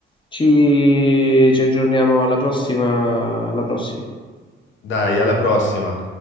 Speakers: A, on the left; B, on the left.
A: Ci, ci aggiorniamo alla prossima, alla prossima.
B: Dai, alla prossima.